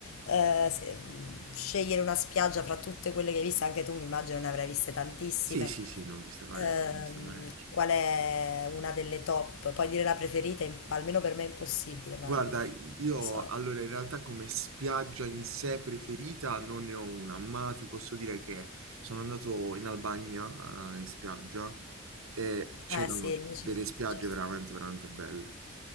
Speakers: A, on the left; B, on the right.
A: eh, se- mm, scegliere una spiaggia fra tutte quelle che hai visto, anche tu mi immagino ne avrai viste tantissime,
B: Sì, sì, sì, ne ho viste parecchie,
A: ehm,
B: ne ho viste parecchie.
A: qual è una delle top? Puoi dire la preferita, in- almeno per me è impossibile, ma
B: Guarda, io
A: lo so.
B: allora in realtà come spiaggia in sé preferita non ne ho una, ma ti posso dire che sono andato in Albania, eh, in spiaggia, e c'erano
A: Eh sì, lì c'è
B: delle spiagge
A: c'è
B: veramente, veramente belle.